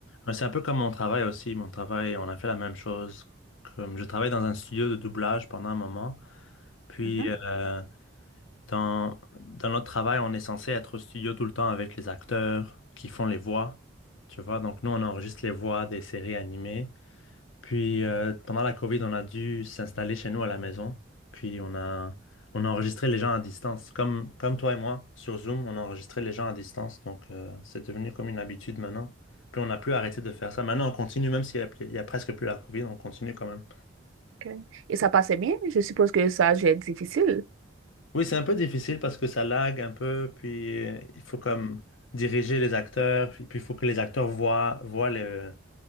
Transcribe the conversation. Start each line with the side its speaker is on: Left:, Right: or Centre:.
Left: Ouais, C'est un peu comme mon travail aussi. Mon travail, on a fait la même chose. Comme je travaille dans un studio de doublage pendant un moment. Puis,
Right: Mhm,
Left: euh, dans, dans notre travail, on est censé être au studio tout le temps avec les acteurs qui font les voix. Tu vois, donc nous, on enregistre les voix des séries animées. Puis euh, pendant la COVID, on a dû s'installer chez nous à la maison. Puis on a, on a enregistré les gens à distance. Comme, comme toi et moi, sur Zoom, on a enregistré les gens à distance. Donc euh, c'est devenu comme une habitude maintenant. Puis on n'a plus arrêté de faire ça. Maintenant, on continue, même s'il y a, il y a presque plus la COVID, on continue quand même.
Right: ok. Et ça passait bien? Je suppose que ça a dû être difficile.
Left: Oui, c'est un peu difficile parce que ça lag un peu. Puis euh, il faut comme diriger les acteurs. Puis puis il faut que les acteurs voient, voient le